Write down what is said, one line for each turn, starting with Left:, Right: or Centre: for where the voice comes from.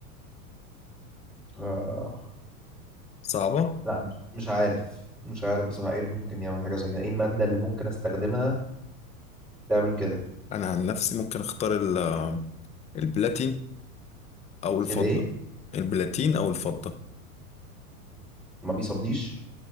Centre: آه
Left: صعبة
Centre: لا مش عارف مش عارف بصراحه ايه ممكن يعمل حاجه زي كده ايه الماده اللي ممكن استخدمها تعمل كده
Left: أنا عن نفسي ممكن أختار ال- البلاتين أو الفضة
Centre: الايه
Left: البلاتين أو الفضة
Centre: ما بيصديش